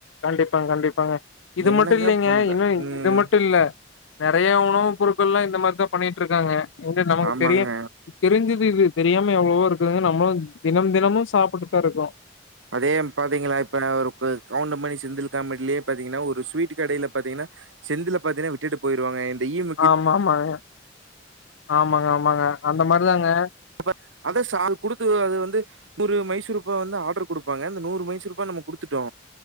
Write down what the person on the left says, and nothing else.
கண்டிப்பாங்க கண்டிப்பாங்க இது
மட்டு இல்லைங்க
இன்னு
இது மட்டு இல்ல நறைய உணவு பொருட்கள் எல்லா இந்த மாறிதா பண்ணிட்டு இருக்காங்க இந்து நமக்கு
தெரியு தெரிஞ்சுது இது தெரியாம எவ்ளவோ இருக்குதுங்க நம்மளு தினம் தினமு சாப்புட்டு தா இருக்கோ
ஆமா ஆமாங்க ஆமாங்க ஆமாங்க அந்த மாறி தாங்க